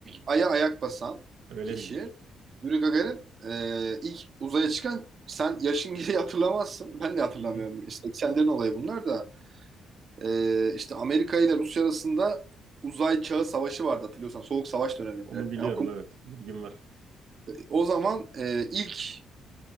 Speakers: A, on the right (about 50°); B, on the right (about 85°).
A: Ay'a ayak basan
B: Öyle
A: kişi
B: miymiş?
A: Yuri Gagarin e, ilk uzaya çıkan sen yaşın gereği hatırlamazsın. Ben de hatırlamıyorum.
B: Hı hı.
A: İşte 80'lerin olayı bunlar da. E, işte Amerika ile Rusya arasında uzay çağı savaşı vardı hatırlıyorsan. Soğuk savaş döneminde.
B: Onu biliyorum
A: Yani okum-
B: evet. Bilgim var.
A: o zaman e, ilk